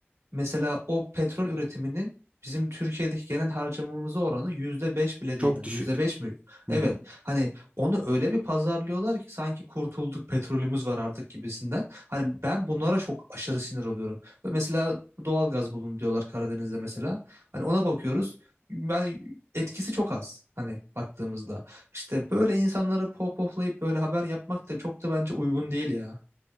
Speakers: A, on the right; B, on the right.
A: Mesela o petrol üretiminin bizim Türkiye'deki genel harcamamıza oranı %5 bile
B: çok
A: değil. Yani
B: düşük.
A: yüzde beş mi?
B: <laughs>
A: Evet. Hani onu öyle bir pazarlıyorlar ki sanki kurtulduk petrolümüz var artık gibisinden. Hani ben bunlara çok aşırı sinir oluyorum. Ve Mesela doğalgaz bulun diyorlar Karadeniz'de mesela. Hani ona bakıyoruz. Yani etkisi çok az hani baktığımızda. İşte böyle insanları pohpohlayıp böyle haber yapmak da çok da bence uygun değil ya.